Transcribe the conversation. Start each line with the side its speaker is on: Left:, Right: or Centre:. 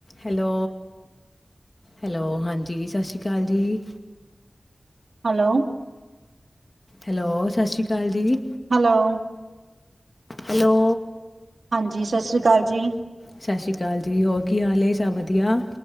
Left: Hello hello ਹਾਂਜੀ ਸਤਿ ਸ਼੍ਰੀ ਅਕਾਲ ਜੀ
Right: ਹੈਲੋ
Left: ਹੈਲੋ ਸਤਿ ਸ਼੍ਰੀ ਅਕਾਲ ਜੀ
Right: ਹੈਲੋ
Left: ਹੈਲੋ
Right: ਹਾਂਜੀ ਸਤਿ ਸ਼੍ਰੀ ਅਕਾਲ ਜੀ
Left: ਸਤਿ ਸ਼੍ਰੀ ਅਕਾਲ ਜੀ ਹੋਰ ਕੀ ਹਾਲ ਹੇ ਸਭ ਵਧੀਆ?